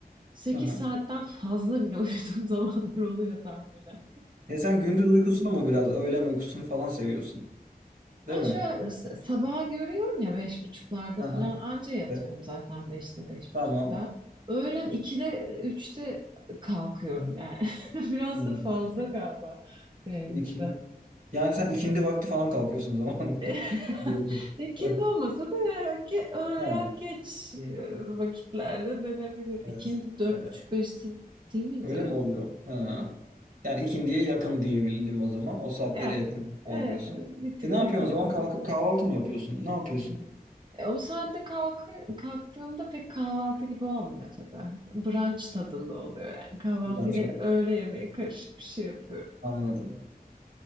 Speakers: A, on the right; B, on the right.
A: sekiz
B: Hı hı.
A: saatten fazla bile <laughs> uyuduğum zamanlar oluyor tahminen.
B: Ya sen gündüz uykusunu mu biraz, öğlen uykusunu falan seviyorsun, değil
A: Ben
B: mi?
A: şöyle s- sabaha görüyorum ya beş buçuklarda
B: Aha,
A: falan anca yatıyorum
B: evet.
A: zaten beşte beş
B: Tamam.
A: buçukta. Öğlen ikide üçte kalkıyorum yani. <laughs> Biraz
B: Hmm.
A: da fazla galiba benimki
B: İki.
A: de.
B: Yani sen ikindi vakti falan kalkıyorsun o zaman. <laughs>
A: <laughs>
B: Böyle oluyor.
A: İkindi
B: Eh,
A: olmasa da ya ki öğlen
B: Ha,
A: geç e, vakitlerde denebilir.
B: evet.
A: İkindi dört
B: Evet.
A: buçuk beşti değil miydi?
B: Öyle mi oluyor? Ha. Yani ikindiye yakın diyebilirim o zaman. O saatlere
A: Yani
B: yakın kalkıyorsun.
A: e, bir tık
B: E ne yapıyorsun
A: yakın
B: o zaman?
A: tabii
B: Kalkıp kahvaltı mı yapıyorsun? Ne yapıyorsun?
A: E, o saatte kalk kalktığımda pek kahvaltı gibi olmuyor tabii. Brunch tadında oluyor yani. Kahvaltı
B: Brunch
A: ile
B: oluyor.
A: öğle yemeği karışık bir şey yapıyorum.
B: Anladım.